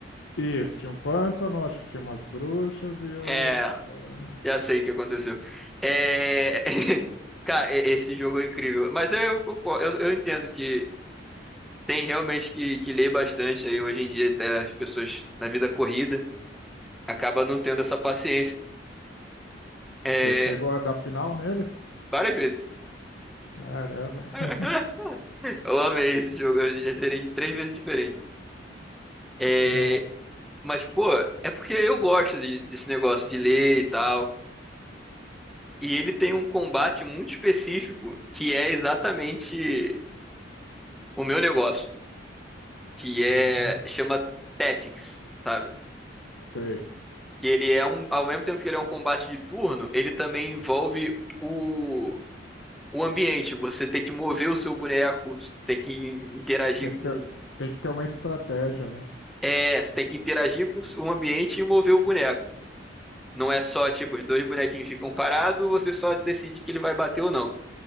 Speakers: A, on the left (about 70°); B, in the centre.
A: Isso, tinha um pântano, acho que tinha umas bruxas e eu.
B: É,
A: falei, "Ah,
B: já sei o que aconteceu. É. <laughs> Cara, e- esse jogo é incrível. Mas eu, concor- eu, eu entendo que tem realmente que, que ler bastante aí hoje em dia, até as pessoas na vida corrida. acaba não tendo essa paciência. É,
A: Você chegou a dar final nele?
B: várias vezes.
A: Caramba,
B: <laughs>
A: <laughs>
B: Eu amei esse jogo, eu já terei de três vezes diferente. É,
A: legal.
B: mas, pô, é porque eu gosto de- desse negócio de ler e tal. E ele tem um combate muito específico que é exatamente o meu negócio, que
A: Uhum,
B: é chama Tactics, sabe?
A: sei.
B: Que ele é um, ao mesmo tempo que ele é um combate de turno, ele também envolve o, o ambiente. Você tem que mover o seu boneco, tem que interagir
A: Tem que
B: com
A: ter, tem que ter uma estratégia, né?
B: É, você tem que interagir com o ambiente e mover o boneco. Não é só, tipo, os dois bonequinhos ficam parados, você só decide que ele vai bater ou não.